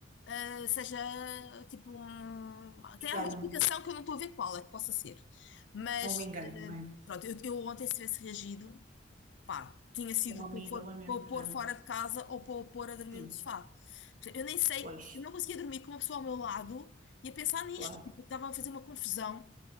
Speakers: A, on the left; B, on the right.
A: ah, seja tipo um... Tem
B: Engano,
A: alguma explicação que eu não estou a ver qual é que possa ser. Mas
B: ou um engano,
A: eh,
B: não é?
A: pronto, eu, eu ontem se tivesse reagido, pá, tinha sido
B: Um amigalamento
A: para o pôr para o pôr
B: tanto.
A: fora de casa ou para o pôr a dormir
B: Sim,
A: no sofá. Eu nem sei,
B: pois,
A: eu não conseguia dormir com uma pessoa ao meu lado e a pensar nisto,
B: claro.
A: tipo, estava a fazer uma confusão.